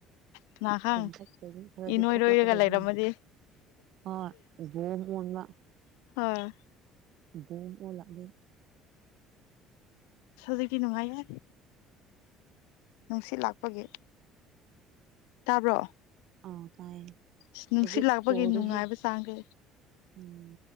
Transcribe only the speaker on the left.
ꯀꯅꯥ ꯈꯪ
ꯏꯅꯣꯏ
ꯅꯣꯏꯔꯒ ꯂꯩꯔꯝꯃꯗꯤ
ꯑ
ꯖꯤꯒꯤ ꯅꯨꯡꯉꯥꯏꯌꯦ ꯅꯨꯡꯁꯤꯠ ꯂꯥꯛꯄꯒꯤ ꯇꯥꯕ꯭ꯔꯣ
ꯑꯁ ꯅꯨꯡꯁꯤꯠ
ꯂꯥꯛꯄꯒꯤ
ꯅꯨꯡꯉꯥꯏꯕ
ꯆꯥꯡꯁꯦ